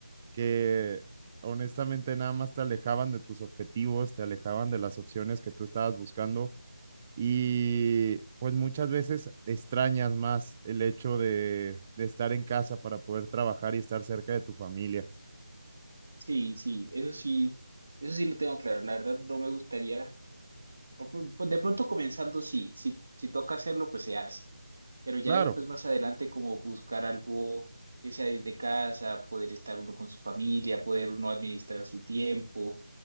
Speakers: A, on the right; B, on the right.
A: que honestamente nada más te alejaban de tus objetivos, te alejaban de las opciones que tú estabas buscando Y pues muchas veces extrañas más el hecho de, de estar en casa para poder trabajar y estar cerca de tu familia.
B: Sí, sí, eso sí, eso sí lo tengo claro. La verdad no me gustaría, o pu- pues de pronto comenzando sí, si, si toca hacerlo, pues se hace. Pero ya
A: Claro,
B: después más adelante como buscar algo que sea desde casa, poder estar uno con su familia, poder uno administrar su tiempo.